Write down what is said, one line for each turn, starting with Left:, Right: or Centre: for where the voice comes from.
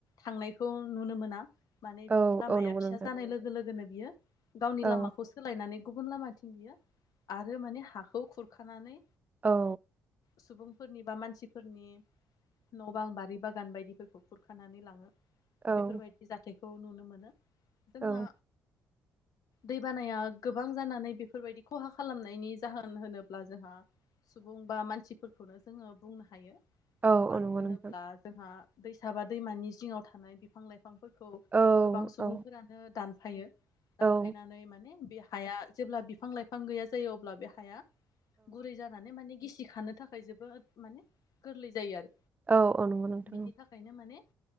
Left: थांनायखौ नुनो मोना माने बिनि
Right: औ
Left: लामाया
Right: औ नंगौ
Left: फिसा
Right: नोंथां
Left: जानाय लोगो लोगोनो बियो गावनि
Right: औ
Left: लामाखौ सोलायनानै गुबुन लामाथिं बियो आरो माने हाखौ खुरखानानै
Right: औ
Left: सुबुं फोरनि बा मानसिफोरनि न' बां बारि बागान बायदिफोरखौ खुरखानानै लाङो
Right: औ
Left: बेफोरबायदि जाथाय खौ नुनो मोनो जोंहा
Right: औ
Left: दैबानाया गोबां जानानै बेफोरबायदि खहा खालामनायनि जाहोन होनोब्ला जोंहा सुबुं बा मानसि खौनो जोङो बुंनो हायो
Right: औ
Left: मानो
Right: औ नंगौ
Left: होनोब्ला
Right: नोंथां
Left: जोंहा दैसाबा दैमानि जिङाव थानाय बिफां लाइफां फोरखौ
Right: औ
Left: गोबां सुबुंफोरानो
Right: औ
Left: दान फायो दानफायनानै
Right: औ
Left: माने बे हाया जेब्ला बिफां लाइफां गैया जायो अब्ला बे हाया गुरै जानानै माने गिसि खानो था खाय जोबोद माने गोरलै जायो आरो
Right: औ औ नंगौ नोंथां
Left: बिनि
Right: औ
Left: थाखायनो माने